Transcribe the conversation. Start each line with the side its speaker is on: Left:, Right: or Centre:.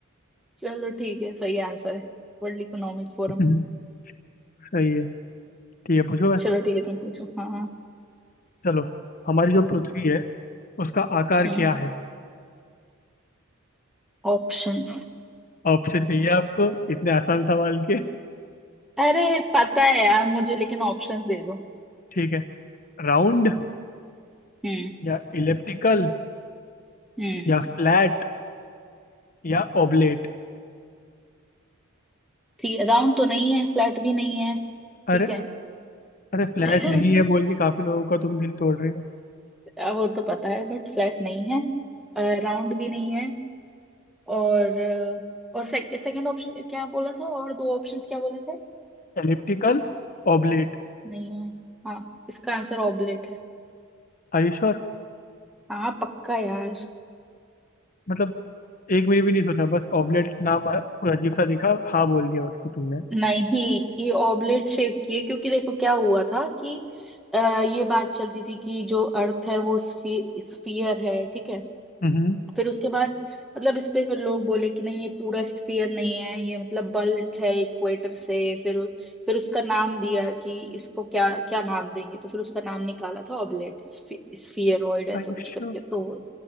Centre: चलो ठीक है सही आंसर है वर्ल्ड इकोनॉमिक फोरम
Left: <laughs> सही है ठीक है पूछो मैं
Centre: चलो ठीक है तुम पूछो हाँ हाँ
Left: चलो हमारी जो पृथ्वी है उसका आकार
Centre: हम्म।
Left: क्या है
Centre: ऑप्शंस
Left: ऑप्शन चाहिए आपको इतने आसान सवाल के
Centre: अरे पता है यार मुझे लेकिन ऑप्शंस दे दो
Left: ठीक है राउंड
Centre: हम्म
Left: या इलिप्टिकल
Centre: हम्म
Left: या फ्लैट या ओबलेट
Centre: ठीक है राउंड तो नहीं है फ्लैट भी नहीं है
Left: अरे
Centre: ठीक है
Left: अरे फ्लैट
Centre: <laughs>
Left: नहीं है बोल के काफी लोगों का तुम दिल तोड़ रहे हो
Centre: अ, वो तो पता है बट फ्लैट नहीं है राउंड भी नहीं है और अ, और से, सेकंड ऑप्शन क्या बोला था और दो ऑप्शंस क्या बोले थे
Left: Elliptical Oblate
Centre: नहीं है हाँ इसका आंसर ऑबलेट है
Left: Are you sure
Centre: हाँ पक्का यार
Left: मतलब एक मिनट भी नहीं सोचा बस ऑबलेट नाम आया, कोई अजीब सा दिखा हाँ बोल दिया उसको तुमने
Centre: नहीं ये ऑबलेट शेप की है क्योंकि देखो क्या हुआ था कि अ, ये बात चलती थी कि जो अर्थ है वो स्फीयर है ठीक है
Left: हम्म
Centre: फिर उसके बाद मतलब इस पे फिर लोग बोले कि नहीं ये पूरा स्फीयर नहीं है ये मतलब बल्ब है इक्वेटर से फिर उ- फिर उसका नाम दिया कि इसको क्या क्या नाम देंगे तो फिर उसका नाम निकाला था ऑबलेट स्फीयरॉइड ऐसा
Left: Are you
Centre: कुछ
Left: sure
Centre: करके तो